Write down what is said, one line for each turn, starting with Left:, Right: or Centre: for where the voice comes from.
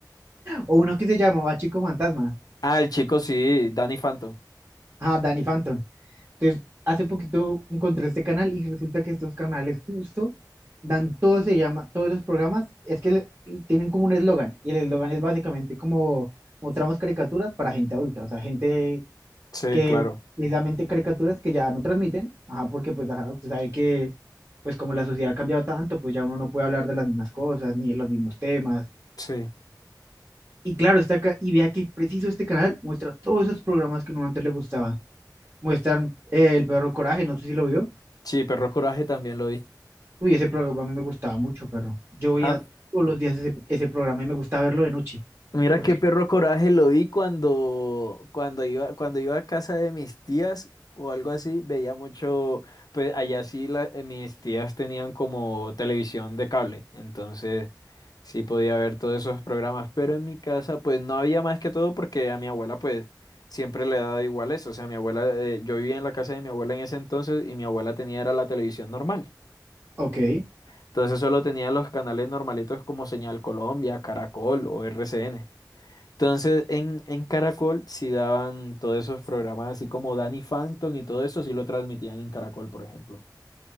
Right: O uno que se llamaba Chico Fantasma,
Left: Ah, el chico sí, Danny Phantom.
Right: ah, Danny Phantom. Entonces, hace poquito encontré este canal y resulta que estos canales justo dan todo, se llama, todos los programas, es que le- le- tienen como un eslogan y el eslogan es básicamente como mostramos caricaturas para gente adulta, o sea, gente
Left: Sí,
Right: que
Left: claro.
Right: precisamente caricaturas que ya no transmiten, ajá, porque pues ajá, usted sabe que pues como la sociedad ha cambiado tanto, pues ya uno no puede hablar de las mismas cosas ni de los mismos temas.
Left: Sí.
Right: Y claro, está acá y vea que preciso este canal muestra todos esos programas que uno antes le gustaba. Muestran eh, El Perro Coraje, no sé si lo vio.
Left: Sí, Perro Coraje también lo vi.
Right: Uy, ese programa a mí me gustaba mucho, perro. Yo veía
Left: Ah,
Right: todos los días ese, ese programa y me gustaba verlo de noche.
Left: Mira
Right: Porque,
Left: qué perro coraje lo vi cuando, cuando iba, cuando iba a casa de mis tías o algo así, veía mucho, pues allá sí la- eh, mis tías tenían como televisión de cable, entonces sí podía ver todos esos programas, pero en mi casa pues no había más que todo porque a mi abuela pues siempre le daba igual eso, o sea, mi abuela, eh, yo vivía en la casa de mi abuela en ese entonces y mi abuela tenía era la televisión normal,
Right: ok, o
Left: entonces solo tenía los canales normalitos como Señal Colombia, Caracol o RCN. Entonces, en, en Caracol sí daban todos esos programas, así como Danny Phantom y todo eso, sí lo transmitían en Caracol, por ejemplo.